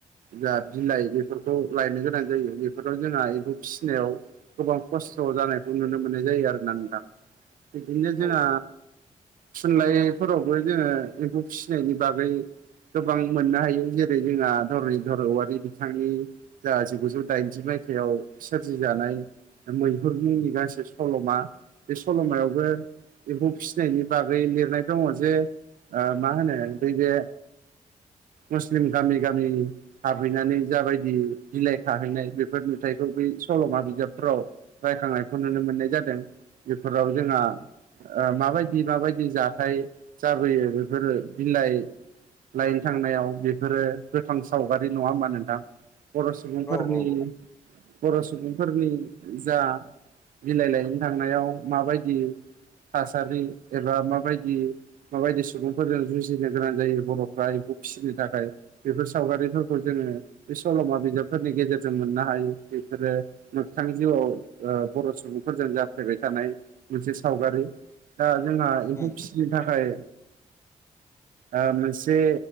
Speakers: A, on the right (about 70°); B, on the left (about 20°).
A: जा बिलाइ बेफोरखौ लायनो गोनां जायो बेफोराव जोंहा बेखौ फिसिनायाव गोबां खस्थ' जानायखौ नुनो मोननाय जायो आरोना नोंथां बिदिनो जोंहा
B: औ
A: थुनलाइफोरावबो जोङो एम्फौ फिसिनायनि बागै गोबां मोननो हायो जेरै जोंहा धरनिधर औवारि बिथांनि जा जिगुजौ दाइनजि मायथाइयाव सोरजिजानाय मैहुरनि मुंनि गांसे सल'मा बे सल'मायावबो एम्फौ फिसिनायनि बागै लिरनाय दङ' जे मा होनो नैबे मुस्लिम गामि-गामि हाबहैनानै जाबायदि बिलाइ खाहैनाय बेफोर नुथाइखौ बै सल'मा बिजाबफ्राव रायखांनायखौ नुनो मोननाय जादों बेफोराव जोंहा ओ माबायदि माबायदि जाथाय जाबोयो बेफोरो बिलाइ लाइन थांनायाव बेफोरो गोथां सावगारि नङा होमबा नोंथां। बर' सुबुंफोरनि
B: औ औ
A: बर' सुबुंफोरनि जा बिलाइ लायनो थांनायाव माबायदि थासारि एबा माबायदि माबायदि सुबुंफोरजों जुजिनो गोनां जायो बर'फ्रा एम्फौ फिसिनो थाखाय बेफोर सावगारिफोरखौ जोङो बे सल'मा बिजाबफोरनि गेजेरजों मोननो हायो बेफोरो मोगथां जिउआव ओ बर' सुबुंफोरजों जाफ्लेबाय थानाय मोनसे सावगारि दा जोंहा एम्फौ
B: उम
A: फिसिनो थाखाय आ मोनसे